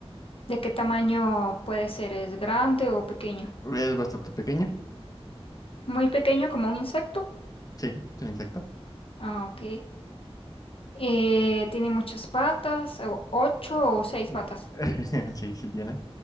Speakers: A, on the left; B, on the left.
A: ¿de qué tamaño puede ser? ¿Es grande o pequeño?
B: Es bastante pequeña.
A: Muy pequeño, como un insecto.
B: Sí, tiene insecto.
A: Ah, ok. Eh, tiene muchas patas, o- ocho o seis
B: <laughs>
A: patas.
B: Sí, sí tiene.